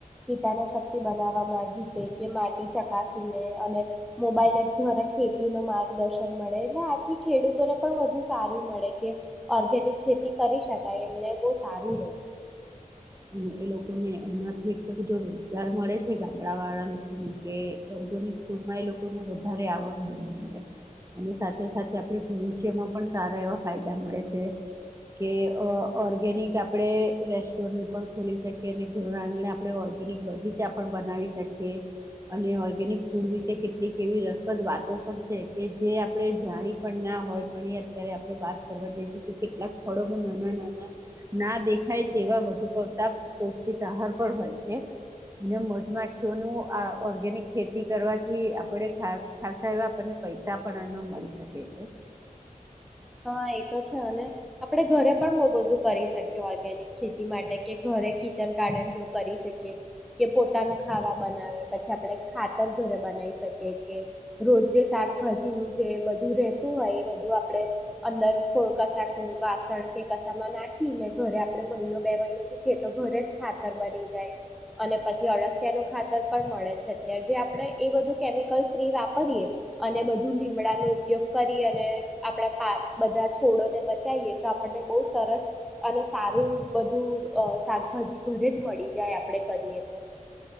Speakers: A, in the centre; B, on the right (about 20°).
A: કીટાના શક્તિ બનાવવામાં રીતે કે માટી ચકાસીન લે, અને મોબાઈલ એપ દ્વારા ખેતી નો માર્ગદર્શન મળે, એના થી ખેડૂતોને પણ વધુ સારી મળે કે ઓર્ગેનિક ખેતી કરી શકાય એમને બહ સારું રહેે
B: અને એ લોકોને એનાથી એટલો બધો રોજગાર મળે છે ગામડા વાળા લોકોને કે ઓર્ગેનિક ફૂડમાં એ લોકોને વધારે આવક જોવા મળે અને સાથે સાથે આપણે ભવિષ્યમાં પણ સારા એવા ફાયદા મળે છે કે ઓર્ગેનિક આપણેે રેસ્ટોરન્ટ પણ ખોલી શકીએ અને ઘર આંગણે આપણે ઓર્ગેનિક બગીચા પણ બનાવી શકીએ, અને ઓર્ગેનિક ફૂડ વિશે કેટલીક એવી રસપ્રદ વાતો પણ છે કે જે આપણે જાણી પણ ના હોય, પણ એ અત્યારે આપણે વાત કરવા જઈ છે કે કેટલાક ફળોમાં નાના-નાના ના દેખાય સ કે એવા વધું તા પૌષ્ટિક આહાર પણ હોય છે અને મધમાખીઓ ન આ ઓર્ગેનિક ખેતી કરવાથી આપણે ખાસ એવા આપણને પૈસા પણ એમાં મળી શકે છે
A: હા એતો છે. અને આપણે ઘરે પણ બહુ બધું કરી શકીએ ઓર્ગેનિક ખેતી માટે, કે ઘરે કિચન ગાર્ડન જેવું કરી શકીએ, કે પોતાનું ખાવા બનાવે, પછી આપણે ખાતર ઘરે બનાવી શકીએ કે રોજ જે શાકભાજીનું જે બધું રહેેતું હોય એ બધું આપણે અંદર કો કશક વાસણ કે કશમાં નાખીને ઘરે આપડે મહિનો બે મહિનો મૂકીએ તો ઘરે જ ખાતર બની જાય અને પછી અળસિયા નું ખાતર પણ મળે છે અત્યારે જે આપડે એ બધું કેમિકલ ફ્રી વાપરીએ અને બધું લીમડા ન ઉપયોગ કરી અને આપડા આ બધા છોડોને બચાઈએ તો આપણને બહુ સરસ અને સારું બધું અહ શાકભાજી ઘરે જ મળી જાય આપડે કરીએ તો.